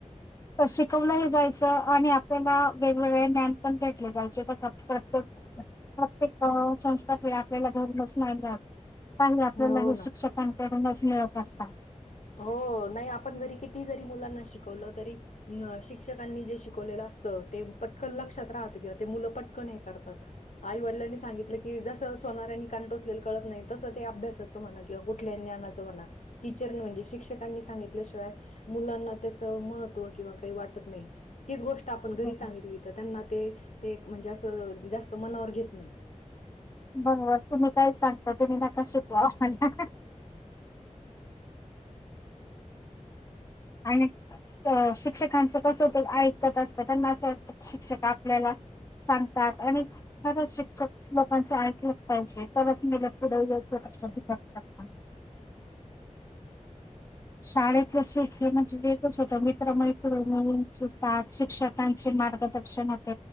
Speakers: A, on the left; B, on the left.
A: तर शिकवलं जायचं आणि आपल्याला वेगवेगळे ज्ान पण भेटले जायचे प्रत्ये प्रत्येक संस्थाले आपल्याला घर बसणार काही आपल्याला
B: हो
A: हे शिक्षकांकडूनच
B: ना
A: मिळत असतात
B: हो नाही आपण घरी किती जरी मुलांना शिकवलं तरी शिक्षकांनी जे शिक वले असत ते पटकन लक्षात राहत किंवा ते मुलं पटकन हे करतात. आई वडलांनी सांगितल कि जसं सोनारानी कान टोचलेल कळतं नाही त तसं ते अभ्यासाचं म्हणा किंवा कुठल्याही ज्ञानाच म्हणा टीचर नी म्हंजे शिक्षकांनी सांगितल्याशिवाय मुलांना त्याच महत्त्व किंवा काही वाटत नाही तीच गोष्ट आपण घरी
A: बरोबर
B: सांगितली त त्यांना ते ते म्हणजे अस जास्त मनावर घेत नाहीत.
A: बरोबर तुम्ही काय सांगता तुम्ही नका शिकवा आम्हाला आणि स अ शिक्षकांच कसं ते ऐकतात असतात त्यांना, असं वाटतं शिक्षक आपल्याला सांगतात, आणि खर शिक्षक लोकांचे ऐकलच पाहिजे तरच मुल पुढे येऊ <unintelligible> शाळेतल सुख हे म्हणजे वेगळंच होत मित्रं-मैत्रिणींची साथ शिक्षकांचे मार्गदर्शक